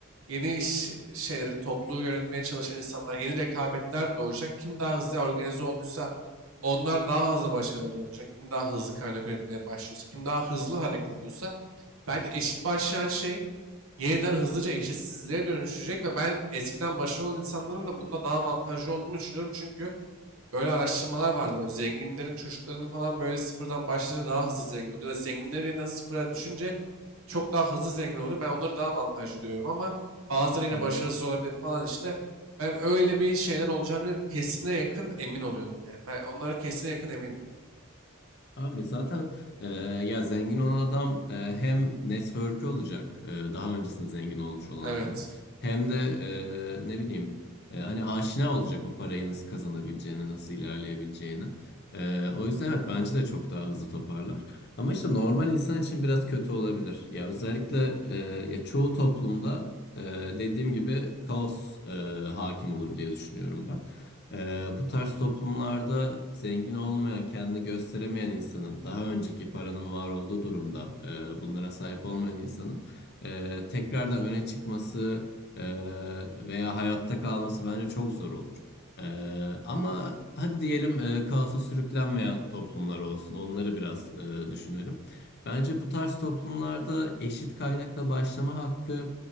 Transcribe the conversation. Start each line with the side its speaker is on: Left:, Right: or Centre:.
Right: yeni iş şeyleri, topluluğu yönetmeye çalışan insanlar, yeni rekabetler doğacak. Kim daha hızlı organize olduysa onlar daha hızlı başarılı olacak. Kim daha hızlı kaynak üretmeye başlıyorsa, kim daha hızlı hareket ediyorsa Bence eşit başlayan şey yeniden hızlıca eşitsizliğe dönüşecek ve ben eskiden başarılı insanların da bunda daha avantajlı olduğunu düşünüyorum. Çünkü böyle araştırmalar vardı böyle zenginlerin çocuklarının falan böyle sıfırdan başlayınca daha hızlı zengin oluyor. Ya da zenginlerin yeniden sıfıra düşünce çok daha hızlı zengin oluyor. Ben onları daha avantajlı görüyorum ama bazıları yine
Left: hı hı.
Right: başarısız olabilir falan işte. Ben öyle bir şeyler olacağını kesine yakın emin oluyorum yani. Ben onlara kesine yakın eminim.
Left: Abi zaten e, ya zengin olan adam e, hem network'ü olacak e, daha öncesinde zengin olmuş olan
Right: Evet.
Left: adamın hem de e, ne bileyim e, hani aşina olacak o parayı nasıl kazanabileceğini nasıl ilerleyebileceğini. E, o yüzden evet bence de çok daha hızlı toparlar. Ama işte normal insan için biraz kötü olabilir. Ya özellikle e, ya çoğu toplumda e, dediğim gibi kaos e, hakim olur diye düşünüyorum ben. Ee, bu tarz toplumlarda zengin olmayan, kendini gösteremeyen insanın, daha önceki paranın var olduğu durumda e, bunlara sahip olmayan insanın e, tekrardan öne çıkması e, veya hayatta kalması bence çok zor olur. E, ama hadi diyelim e, kaosa sürüklenmeyen toplumlar olsun, onları biraz e, düşünelim. Bence bu tarz toplumlarda eşit kaynakla başlama hakkı